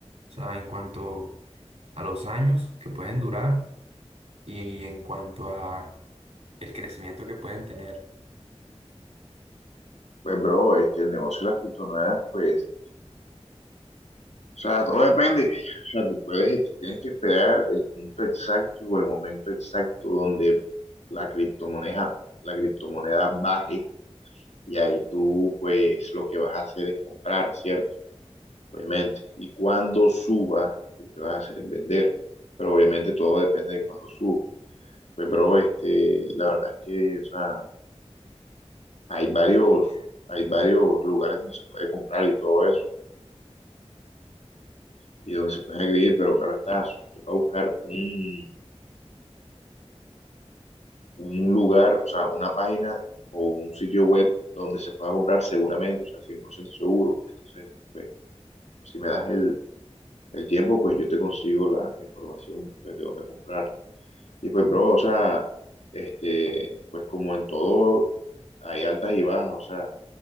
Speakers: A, on the right (about 75°); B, on the left (about 80°).
A: O sea, en cuanto a los años que pueden durar y en cuanto a el crecimiento que pueden tener.
B: Pues, bro, este, el negocio de las criptomonedas, pues, o sea, todo depende. O sea, tú puedes, eh, tú tienes que esperar el punto exacto o el momento exacto donde la criptomoneda, la criptomoneda baje y ahí tú, pues, lo que vas a hacer es comprar, ¿cierto? Obviamente. Y cuando suba, lo que vas a hacer es vender. Pero obviamente todo depende de cuando suba. Pues, bro, este, la verdad es que, o sea, hay varios, hay varios lugares donde se puede comprar y todo eso, y donde se pueden adquirir, pero claro está, toca buscar un, un lugar, o sea, una página o un sitio web donde se pueda comprar seguramente, o sea, 100% seguro. Entonces, pues, si me das el, el tiempo, pues yo te consigo la, la información pues, de dónde comprar. Y pues, bro, o sea, este, pues como en todo, hay altas y bajas, o sea,